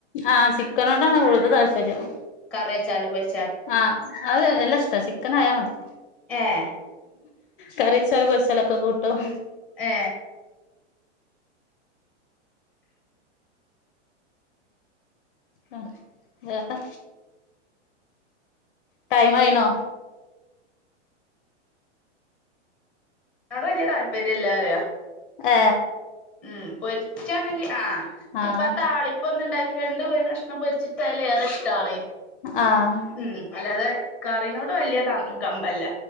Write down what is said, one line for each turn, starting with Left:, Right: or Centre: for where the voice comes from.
Left: ആ ചിക്കനോടാണ് ഓല്ക്ക് താല്പര്യം
Centre: കറിച്ചാലും പൊരി
Left: ആ അത് എല്ലാ ഇഷ്ട ചിക്കന് ആയ മതി
Centre: ഏഹ്
Left: കറി വച്ചാൽ പൊരിച്ചാലൊക്കെ കൂട്ടും
Centre: ഏ
Left: ആ അ ടൈം ആയിനോ
Centre: എന്നോട് വലിയ താല്പര്യംല്ല അറിയ
Left: ഏ
Centre: ഉം പൊരിച്ചാണെങ്കി ആ
Left: ആഹ്
Centre: ഇപ്പ ആ താളിപ്പ ഒന്ന് ഉണ്ടാക്കി രണ്ടും ഒരു കഷ്ണം പൊരിച്ചിട്ടായാല ഏറെ ഇഷ്ടാണ്
Left: ആഹ്
Centre: ഉം അല്ലാതെ കറിനോട് വലിയ കമ്പമില്ല